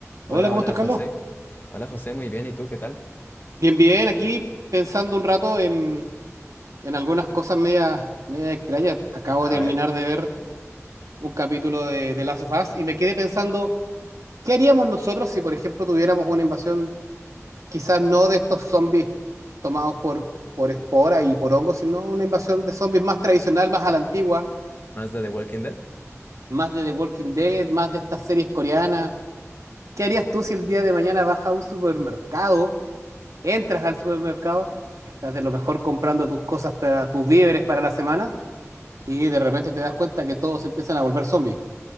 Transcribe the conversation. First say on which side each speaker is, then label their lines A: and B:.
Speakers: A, on the left (about 40°); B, on the right (about 85°).
A: Hola,
B: Hola, ¿cómo
A: hola
B: estás,
A: José.
B: Carlos?
A: Hola José, muy bien. ¿Y tú qué tal?
B: Bien, bien, aquí pensando un rato en, en algunas cosas medias medias extrañas. Acabo
A: A
B: de terminar
A: ver,
B: de ver un capítulo de, de Last of Us y me quedé pensando, ¿qué haríamos nosotros si, por ejemplo, tuviéramos una invasión, quizás no de estos zombies tomados por, por esporas y por hongos, sino una invasión de zombies más tradicional, más a la antigua,
A: más de The Walking Dead.
B: más de The Walking Dead, más de estas series coreanas? ¿Qué harías tú si el día de mañana vas a un supermercado? entras al supermercado, estás de lo mejor comprando tus cosas para tus víveres para la semana y de repente te das cuenta que todos empiezan a volver zombies.